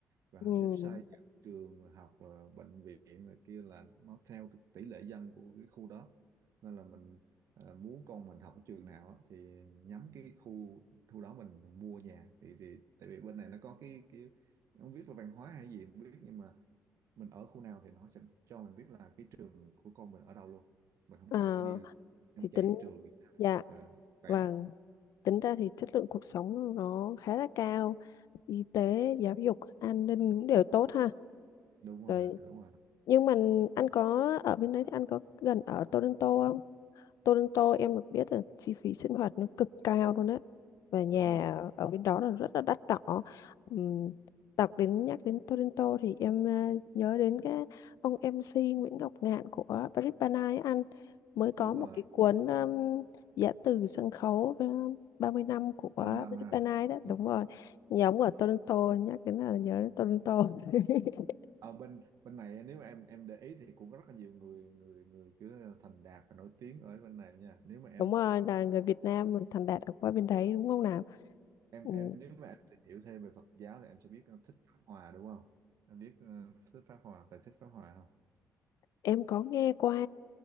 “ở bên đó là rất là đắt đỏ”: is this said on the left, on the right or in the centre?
Left